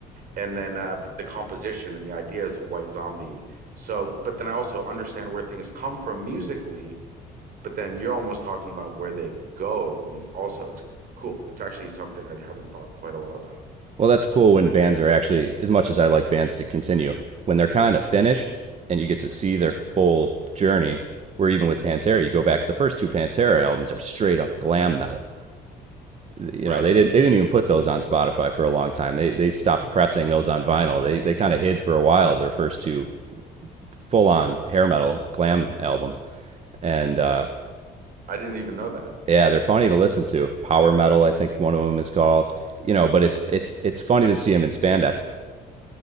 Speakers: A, on the right; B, on the right.
A: and then uh, but the composition and the ideas of White Zombie. So, but then I also understand where things come from musically but then you're almost talking about where they go. I mean, also, it's cool. It's actually something I haven't thought quite a lot about.
B: Well, that's cool when bands are actually, as much as I like bands to continue, when they're kind of finished and you get to see their full journey, where even with Pantera, you go back, the first two Pantera albums are straight up glam metal. You
A: Right.
B: know, they didn't they didn't even put those on Spotify for a long time. They they stopped
A: <laughs>
B: pressing those on vinyl. They they kind of hid for a while their first two full on hair metal glam albums. And uh
A: I didn't even know that.
B: yeah, they're funny to listen to. Power metal, I think one of them is called. You know,
A: Wow.
B: but it's it's it's funny to see them in spandex.